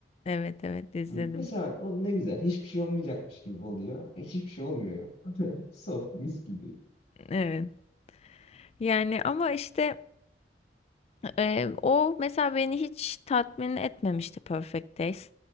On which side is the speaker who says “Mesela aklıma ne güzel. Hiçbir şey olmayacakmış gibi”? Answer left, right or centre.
Left